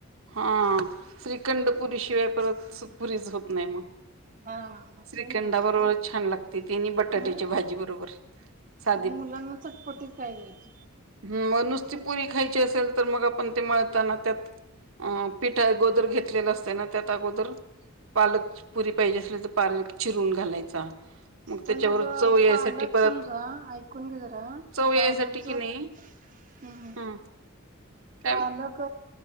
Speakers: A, on the right; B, on the right.
A: हां श्रीखंडपुरी शिवाय परत पुरीच होत नाही मग.
B: हा मग
A: श्रीखंडा
B: ते म्हणाले
A: बरोबर
B: की
A: छान लागते ते आणि बटाट्याच्या
B: नाही
A: भाजी बरोबर सा
B: मग मुलांना चटपटीत काय द्यायच?
A: हम्म मग नुसती पुरी खायची असेल तर मग आपण ते मळताना त्यात. अं पिठ अगोदर घेतलेला असतय ना त्यात अगोदर. पालक पुरी पाहिजे असली तर पालक चिरून घालायचा. त्याच्यावर
B: पण मग
A: चव यायसाठी
B: पालक
A: परत
B: समजा ऐकून घे जरा
A: चव यायसाठी
B: पालक जर
A: की नाही
B: हम्म.
A: ह काय
B: पालक